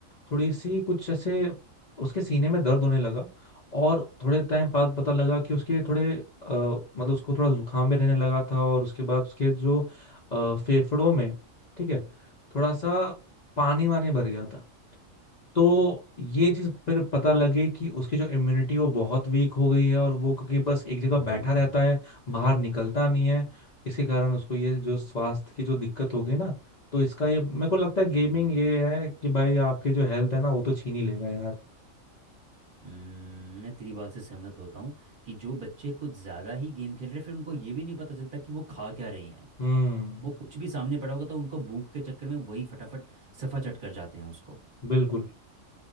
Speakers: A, on the left (about 50°); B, on the right (about 45°).
A: थोड़ी सी कुछ ऐसे उसके सीने में दर्द होने लगा और थोड़े टाइम बाद पता लगा कि उसके थोड़े अ, मतलब उसको थोड़ा जुकाम भी रहने लगा था और उसके बाद उसके जो अ, फेफड़ों में ठीक है थोड़ा सा पानी वानी भर गया था तो ये चीज फिर पता लगी कि उसकी जो इम्यूनिटी वो बहुत वीक हो गई है और वो क्योंकि बस एक जगह
B: हम्म
A: बैठा रहता है बाहर निकलता नहीं है इसी कारण उसको ये जो स्वास्थ्य की जो दिक्कत हो गई ना तो इसका ये मेरे को लगता
B: हम्म,
A: है गेमिंग ये है कि भाई आपके जो हेल्थ है ना वो तो छीन ही लेगा यार
B: हम्म, मैं तेरी बात से सहमत होता हूँ कि जो बच्चे कुछ ज़्यादा ही गेम खेल रहे हैं फिर उनको ये भी नहीं पता चलता कि वो खा क्या रहे हैं
A: हम्म
B: वो कुछ भी सामने पड़ा होगा तो उनको भूख के चक्कर में वही फटाफट सफा चट कर जाते हैं उसको
A: बिल्कुल